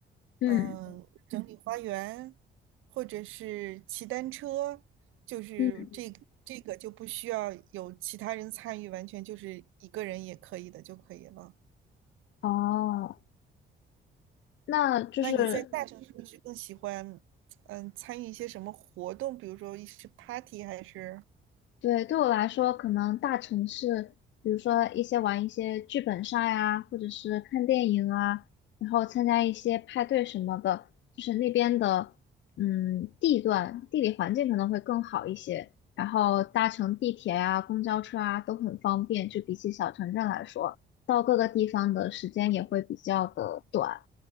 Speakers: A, on the left; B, on the right.
A: 嗯，
B: 嗯，整理花园，或者是骑单车，就是这这个就不需要有其他人参与，
A: 嗯，
B: 完全就是一个人也可以的就可以了。
A: 哦，那就是
B: 那你在大城市你是更喜欢，嗯，参与一些什么活动？比如说一是 party 还是
A: 对，对我来说，可能大城市，比如说一些玩一些剧本杀呀，或者是看电影啊，然后参加一些派对什么的，就是那边的，嗯，地段、地理环境可能会更好一些，然后搭乘地铁啊、公交车啊都很方便，就比起小城镇来说，到各个地方的时间也会比较的短，